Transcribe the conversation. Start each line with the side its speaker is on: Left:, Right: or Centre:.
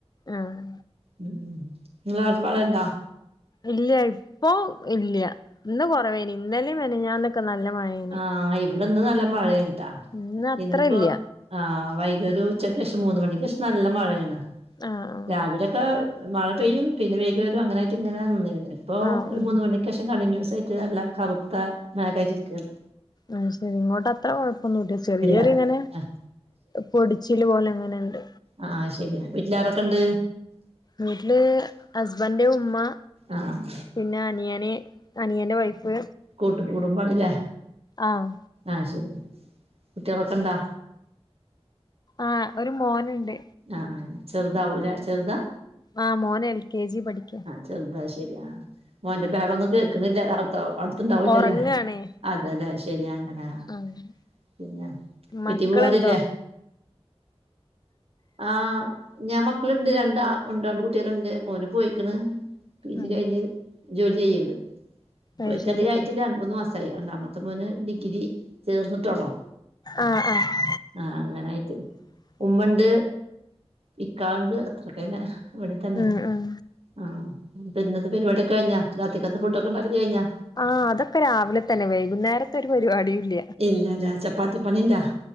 Left: ആഹ
Right: ഉം ഇങ്ങളാടെ മഴണ്ടൊ
Left: ഇല്ല്യ ഇപ്പൊ ഇല്ല്യ ഇന്ന് കൊറവെയ്നി ഇന്നലിം മിനിഞ്ഞാന്നൊക്കെ നല്ല മഴയ്നിം
Right: ആഹ ഇവിടെന്ന് നല്ല മഴേണ് ട്ടൊ
Left: ഇന്ന് അത്ര
Right: ഇന്നിപ്പോ
Left: ഇല്ല
Right: ആഹ വൈ ഇതൊരു ഉച്ചക്കേഷം മൂന്ന് മണിക്കേഷം നല്ല മഴയാണ്
Left: ആഹ്
Right: രാവിലൊക്കെ മഴ പെയ്യും പിന്നെ വെയ്ല് വരും അങ്ങനായിട്ട് ഇങ്ങനെ നിന്നെയ്നി ഇപ്പോ
Left: ആഹ്
Right: ഒരു
Left: ആഹ് ആഹ്
Right: മൂന്ന് മണി ക്കേഷം കണ്ടിന്യൂസ് ആയിട്ട് നല്ല കറുത്ത മേഘായിട്ട് ഇരിക്യാണ്
Left: അയ് ശരി ഇങ്ങോട്ട് അത്ര കുഴപ്പൊന്നുംല്ല ചെറിയൊരിങ്ങനെ
Right: ശരിയാ ആഹ്
Left: പൊടിച്ച് ച്ചില് പോലെ അങ്ങനെണ്ട്
Right: ആഹ അയ് ശെരിയാ വീട്ടിലാരൊക്കെണ്ട്
Left: വീട്ടില് ഹസ്ബൻഡ് ഉമ്മ
Right: ആഹ
Left: പിന്നെ അനിയന് അനിയന്റെ വൈഫ്
Right: കൂട്ട് കുടുംബാണ്ല്ലേ
Left: ആഹ്
Right: ആയ് ശരി കുട്ടേളൊക്കെണ്ടാ
Left: ആഹ ഒരു മോന്ണ്ട്
Right: അഹ അഹ ചെറുതാവുലെ ചെറ്താ
Left: ആഹ് മോന് എൽ കെ ജി പഠിക്ക്യാ
Right: ചെറുതാ ശെരിയാ ആഹ മോന്റെ ബെഹളൊന്നും കേക്ക്ണില്ല ആട്ത് അടുത്തണ്ടാവല്ലൊലെ
Left: ഒറങ്ങാണേ
Right: അതെലെ ശരിയാ അങ്ങനെ
Left: ആഹ്
Right: പിന്നെ വീട്ടി
Left: മക്കളുണ്ടോ
Right: പോവാറില്ലേ ആഹ ഞാൻ മക്കള്ണ്ട് രണ്ടാൾണ്ട് രണ്ട് കുട്ടേള്ണ്ട് മോന് പോയിക്ണ് പി ജി
Left: ആഹ്
Right: കഴിഞ്ഞ് ജോലി ചെയ്യ്ണ്ട് പോയിട്ടതികായിട്ടില്ല
Left: അത് ശരി
Right: രണ്ട് മൂന്ന് മാസം സായി രണ്ടാമത്തെ മോന് ഡിഗ്രി ചേർന്ന്ട്ടൊള്ളു
Left: ആഹ ആഹ
Right: ആഹ അങ്ങനായിട്ട് ഉമ്മണ്ട് നിക്കാണ്ട് അത്രക്ക ഇവിടെത്തന്നെ
Left: ഉം ഉം
Right: ആഹ ഇന്നത്തെ പരിപാടൊക്കെ കഴിഞ്ഞാ രാത്രിക്കത്തെ ഫുഡ് ഒക്കെ ഉണ്ടാക്കല് കഴിഞ്ഞാ
Left: ആഹ അതൊക്കെ രാവിലെ തന്നെ വൈകുന്നേരത്തെ ഒരു പരിപാടിയില്ല
Right: ഇല്ല അല്ല ചപ്പാത്തി പണിണ്ടാ